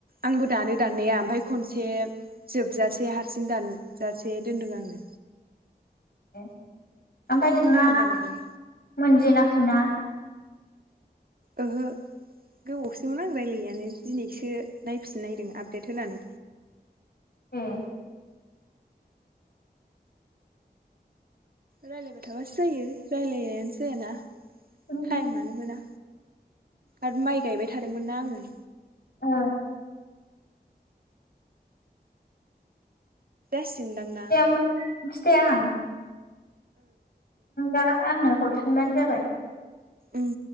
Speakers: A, on the right (about 60°); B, on the left (about 65°).
A: आंबो दानो दाननाया ओमफ्राय खनसे जोबजासे हारसिं दानजासे दोनदों आङो।
B: ह। ओमफाय
A: जेबो
B: नोंना
A: जाया जानायालाय
B: मोनजेनाखैना।
A: ओहो। गोबावसिमोन नां रायज्लाययानो। दिनैसो नायफिन नायदों आपदेट होनानै।
B: ह।
A: रायलायबाय थाबासो जायो। रायज्लायनायानो जायाना।
B: ओ
A: टायमानो मोना। आरो माइ गायबाय थादोंमोनना आङो।
B: अ।
A: <unintelligible> सिमदांना
B: दे होमबा मिथिथाया आं दा आङो हरफिनबानो जाबाय।
A: उम।